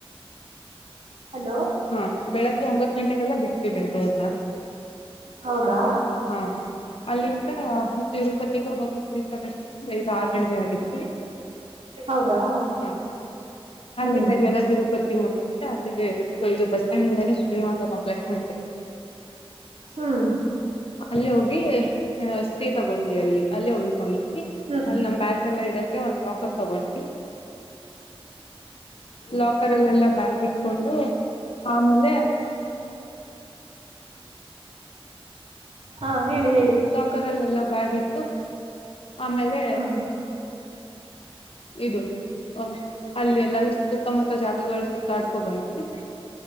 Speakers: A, on the right; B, on the left.
A: ಹಲೋ
B: ಹಾ ಬೆಳಿಗ್ಗೆ ಒಂಬತ್ ಗಂಟೆಗೆಲ್ಲ ಬಿಿದ್ವಿ ಬೆಂಗಗಳೂರ್ನ
A: ಹೌದಾ
B: ಹಾ ಅಲ್ಲಿಂತ ತಿರುಪತಿ ಇಲ್ಲಿಂದ ಹೋಗಿ ರೀಚ್ ಆಗಷ್ಟ್ರಲ್ಲಿ ಆರು ಗಂಟೆ ಆಗಿತ್ತು
A: ಹೌದಾ
B: ಹಾ ಆರು
A: ಹ್ಮ್
B: ಗಂಟೆಗೆಲ್ಲ ತಿರುಪತಿ ಮುಟ್ಟಿದ್ವಿ ಅಲ್ಲಿ ಈೋ ಬಸ್ ಸ್ಟ್ಯಾಂಡ್ ಅಂದೆ ಶ್ರೀನಿವಾಸ ಕಂಪ್ಲೆಕ್ಸ್
A: ಹ್ಮ್
B: ಅಲ್ಲಿ ಹೋಗಿ ಸ್ಟೇ ತಗೊಂಡ್ವಿ ಅಲ್ಲಿ ಅಲ್ಲೇ ಉಳ್ಕೊಂಡ್ವಿ
A: ಹ್ಮ್
B: ಅಲ್ಲಿ ನಮ್ ಬ್ಯಾಾಗ ಎಲ್ಲ ಇಡಕ್ಕೆ ಒಂದ್ ಲಾಕರ್ ತಗೊಂಡಿ ಲಾಕರ್ ಅಲ್ಲೆಲ್ಲ ಬ್ಯ ಇಟ್ಕೊಂಡು ಆಮೇಲೆ
A: ಹಾ ಹೇಳಿ ಹೇಳಿ
B: ಲಾಕರ್ ಅಲ್ಲೆಲ್ಲ ಬ್ಯಾಗ್ ಇಟ್ಟು ಆಮೇಲೆ
A: ಹ್ಮ್
B: ಇದು ಹ ಅಲ್ಲಿ ಎಲ್ಲ ಸುತ್ತಮುತ್ತ ಜಾಗಗಳು ಸುತ್ತಾಡ್ಕೊ ಬಂದ್ವಿ